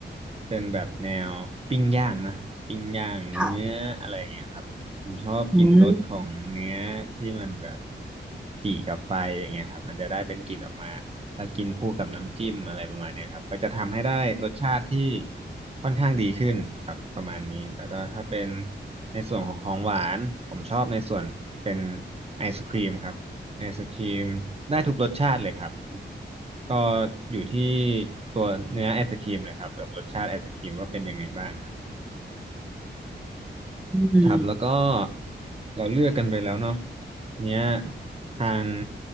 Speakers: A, on the right; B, in the centre.
A: เป็นแบบแนวปิ้งย่างนะปิ้งย่างเนื้ออะไรอย่างเงี้ยครับผมชอบกลิ่นรสของเนื้อที่มันแบบ
B: ค่ะอืม
A: จี่กับไฟอย่างเงี้ยครับมันจะได้เป็นกลิ่นออกมา มากินคู่กับน้ำจิ้มอะไรประมาณเนี้ยครับก็จะทำให้ได้รสชาติที่ค่อนข้างดีขึ้นครับประมาณนี้แล้วก็ถ้าเป็นในส่วนของของหวานผมชอบในส่วนเป็นไอศครีมครับไอศครีมได้ทุกรสชาติเลยครับก็อยู่ที่ตัวเนื้อไอศครีมเลยครับกับรสชาติไอศครีมว่าเป็นยังไงบ้างครับ
B: อืม
A: ครับแล้วก็เราเลือกกันไปแล้วเนาะทีเนี้ยทาง